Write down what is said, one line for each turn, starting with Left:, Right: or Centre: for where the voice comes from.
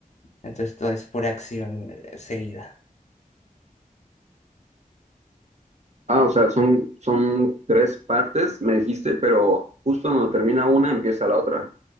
Left: Entonces todo es pura acción eh, seguida.
Right: Ah, o sea, son, son tres partes, me dijiste, pero justo cuando termina una, empieza la otra.